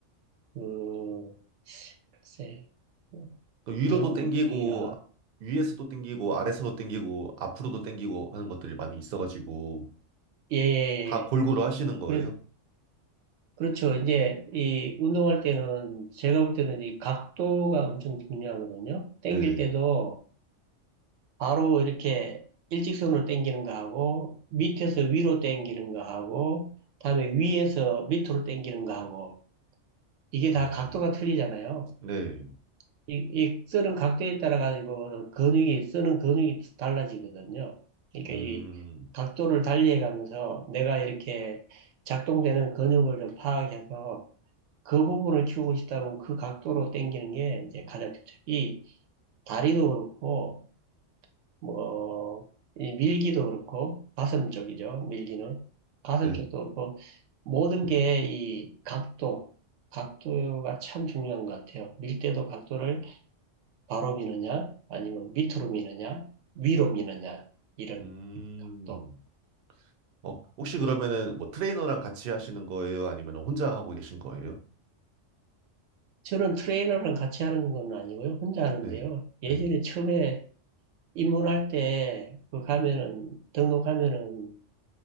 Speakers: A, on the right; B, on the right.
A: 음, 글쎄, 뭐,
B: 그 위로도
A: 등무병이라
B: 땡기고, 위에서도 땡기고, 아래서도 땡기고, 앞으로도 땡기고 하는 것들이 많이 있어가지고,
A: 예, 예,
B: 다 골고루 하시는 거예요?
A: 그래, 그렇죠. 이제 이 운동할 때는 제가 볼 때는 이 각도가 엄청 중요하거든요. 당길
B: 네네.
A: 때도 바로 이렇게 일직선으로 당기는 거 하고 밑에서 위로 당기는 거 하고 다음에 위에서 밑으로 당기는 거 하고 이게 다
B: 음,
A: 각도가 틀리잖아요.
B: 네.
A: 이, 이 쓰는 각도에 따라 가지고 근육이 쓰는 근육이 달라지거든요. 그러니까
B: 음,
A: 이 각도를 달리해 가면서 내가 이렇게 작동되는 근육을 좀 파악해서 그 부분을 키우고 싶다면 그 각도로 당기는 게 이제 가장 좋죠. 이 다리도 그렇고 뭐 이 밀기도 그렇고 가슴 쪽이죠. 밀기는 가슴
B: 네.
A: 쪽도 그렇고 모든 게 이 각도, 각도가 참 중요한 것 같아요. 밀 때도 각도를 바로 미느냐, 아니면 밑으로 미느냐, 위로 미느냐, 이런
B: 음.
A: 각도.
B: 어, 혹시 그러면은 뭐 트레이너랑 같이 하시는 거예요? 아니면 혼자 하고 계신 거예요?
A: 저는 트레이너랑 같이 하는 건 아니고요. 혼자 하는데요.
B: 네.
A: 예전에
B: 네.
A: 처음에 입문할 때, 그 가면은, 등록하면은,